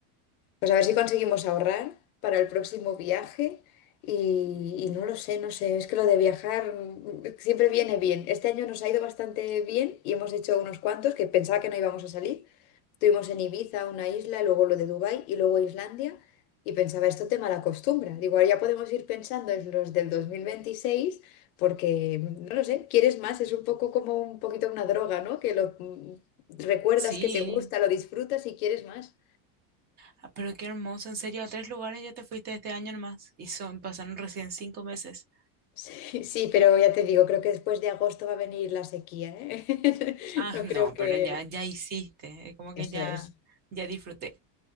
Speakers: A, on the left (about 70°); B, on the right (about 20°).
A: Pues a ver si conseguimos ahorrar para el próximo viaje y, y no lo sé, no sé, es que lo de viajar mm, siempre viene bien. Este año nos ha ido bastante bien y hemos hecho unos cuantos que pensaba que no íbamos a salir. Estuvimos en Ibiza, una isla, luego lo de Dubái y luego Islandia. Y pensaba, esto te malacostumbra. Digo, ahora ya podemos ir pensando en los del 2026 porque, no lo sé, quieres más. Es un poco como un poquito una droga, ¿no? Que lo mm, recuerdas
B: Sí,
A: que te gusta, lo disfrutas y quieres más.
B: Ah, pero qué hermoso. En serio, a tres lugares ya te fuiste este año nomás y son, pasaron recién cinco meses.
A: Sí, <laughs> sí, pero ya te digo, creo que después de agosto va a venir la sequía, ¿eh?
B: Ah,
A: <laughs> No
B: no,
A: creo que...
B: pero ya, ya hiciste. Es como
A: Eso
B: que ya,
A: es.
B: ya disfruté.